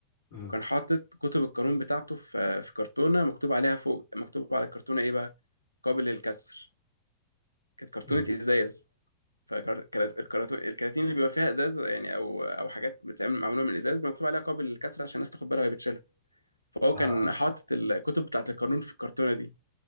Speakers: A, on the left (about 65°); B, on the right (about 85°).
A: امم
B: وكان حاطط كتب القانون بتاعته في في كرتونه مكتوب عليها فوق مكتوب على الكرتونه ايه بقى قابل للكسر كانت كرتونه
A: امم
B: ازاز فالكراتين الكراتين اللي بيبقى فيها ازاز يعني او او حاجات بتتعمل معموله من الازاز مكتوب عليها قابل للكسر عشان الناس تاخد بالها وهي بتشيلها فهو
A: اه
B: كان حاطط الكتب بتاعت القانون في الكرتونه دي